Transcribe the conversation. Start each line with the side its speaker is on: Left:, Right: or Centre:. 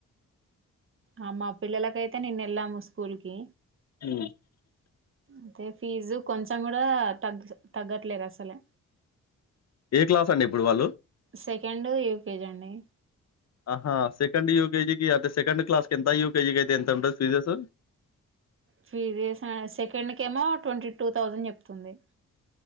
Right: ఆ మా పిల్లలకైతే నిన్న ఎళ్ళాము స్కూల్కి
Left: ఉ
Right: అయితే ఫీజు కొంచెం కూడ తగ్గ తగ్గట్లేదు అసలే.
Left: ఏ క్లాసండి ఇప్పుడు వాళ్ళు?
Right: సెకండ్ యూకేజీ అండి.
Left: ఆహా సెకండ్ యూకేజీకి అంటే సెకండ్ క్లాస్కి ఎంత యూకేజికి అయితే ఎంత ఉంటది ఫీజెస్.
Right: ఫీజేసా సెకండ్ కేమో ట్వంటీ టూ థౌజండ్ చెప్తుంది.